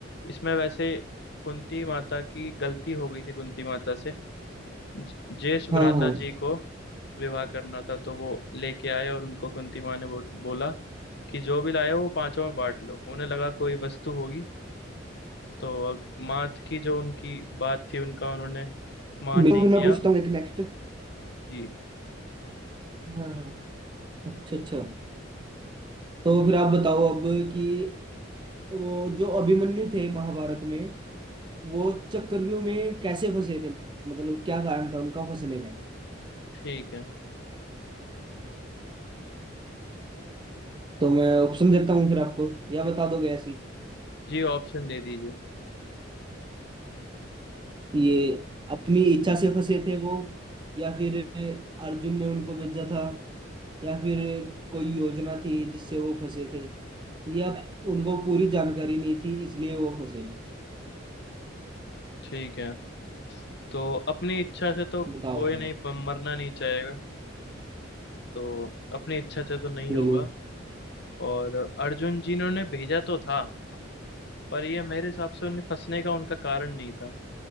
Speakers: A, on the left (about 60°); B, on the right (about 25°).
A: इसमें वैसे कुंती माता की गलती हो गई थी कुंती माता से ज- ज्येष्ठ भ्राता
B: हाँ हाँ तो
A: जी को विवाह करना था तो वो लेके आए और उनको कुंती माँ ने बो, बोला कि जो भी लाए वो पांचों में बांट लो उन्हें लगा कोई वस्तु होगी तो अग- मात की जो उनकी बात थी उनका उन्होंने अपमान
B: बिल्कुल
A: नहीं
B: तो
A: किया
B: मैं पूछता हूँ एक नेक्स्ट
A: जी
B: हाँ हाँ। अच्छा अच्छा तो फिर आप बताओ अब कि वो जो अभिमन्यु थे महाभारत में वो चक्रव्यूह में कैसे फंसे थे मतलब क्या कारण था उनका फंसने का
A: ठीक है
B: तो मैं ऑप्शन देता हूँ फिर आपको या बता दोगे ऐसे ही
A: जी ऑप्शन दे दीजिए
B: ये अपनी इच्छा से फंसे थे वो या फिर अर्जुन ने उनको भेजा था या फिर कोई योजना थी जिससे वो फंसे थे या उनको पूरी जानकारी नहीं थी इसलिए वो फंसे थे
A: ठीक है तो अपनी इच्छा से तो
B: बताओ
A: कोई नहीं प- मरना नहीं चाहेगा तो अपनी इच्छा से तो नहीं
B: बिल्कुल
A: होगा और अर्जुन जी ने उन्हें भेजा तो था पर यह मेरे हिसाब से उन्हें फंसने का उनका कारण नहीं था